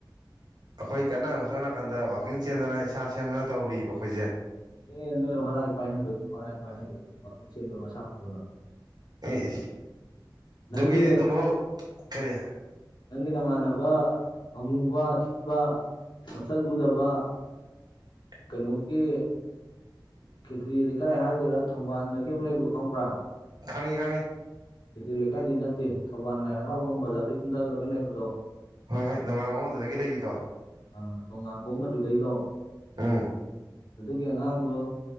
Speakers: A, on the right; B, on the left.
A: ꯑꯩꯈꯣꯏ ꯀꯟꯅ ꯁꯣꯝ ꯅꯥꯀꯥꯟꯗ ꯋꯥꯛꯀꯤꯡ ꯆꯦꯟꯗꯅ ꯏꯁꯥ ꯁꯦꯝꯗꯅ ꯇꯧꯔꯤꯕ ꯑꯩꯈꯣꯏꯁꯦ
B: ꯑꯦ ꯅꯣꯏ ꯍꯣꯔꯥꯏ ꯄꯥꯏ ꯍꯟꯗꯣꯏ ꯍꯣꯔꯥꯏ ꯄꯥꯏ ꯍꯟꯗꯣꯏꯅꯤ ꯋꯥꯔꯛꯀꯤꯡ ꯆꯦꯟꯕ ꯃꯁꯥ ꯐꯕꯅ
A: ꯑꯦ ꯏꯁ
B: ꯅꯪꯒꯤ
A: ꯖꯨꯒꯦꯗꯤ ꯇꯨꯝꯍꯧ ꯀꯔꯤ
B: ꯅꯪꯒꯤ ꯅꯃꯥꯟꯅꯕ ꯑꯃꯨꯕ ꯑꯊꯤꯕ ꯃꯆꯠ ꯂꯨꯗꯕ
A: <unintelligible>
B: ꯀꯩꯅꯣꯒꯤ ꯈꯦꯇ꯭ꯔꯤ ꯂꯩꯀꯥꯏ ꯍꯥꯏꯗꯣꯏꯔ ꯊꯧꯕꯥꯜꯗꯒꯤ ꯑꯃ ꯂꯩꯕꯗꯣ ꯈꯪꯕ꯭ꯔ
A: ꯈꯪꯉꯤ ꯈꯪꯉꯤ
B: ꯈꯦꯇ꯭ꯔꯤ ꯂꯩꯀꯥꯏꯗꯤ ꯅꯠꯇꯦ ꯊꯧꯕꯥꯜ ꯂꯥꯏ ꯍꯔꯥꯎꯕꯝ ꯕꯖꯥꯔꯗꯒꯤ ꯀꯨꯝꯊꯈ꯭ꯔꯒ ꯂꯩꯕꯗꯣ
A: ꯍꯣꯏ ꯍꯣꯏ ꯅꯣꯡꯉꯡꯂ ꯑꯗꯨꯗꯒꯤ ꯂꯩꯈꯤꯗꯣ
B: ꯑꯥ ꯅꯣꯡ ꯉꯥꯡꯈꯣꯡ ꯑꯗꯨꯗꯩꯗꯣ
A: ꯑꯥ
B: ꯑꯗꯨꯒꯤ ꯑꯉꯥꯡꯗꯣ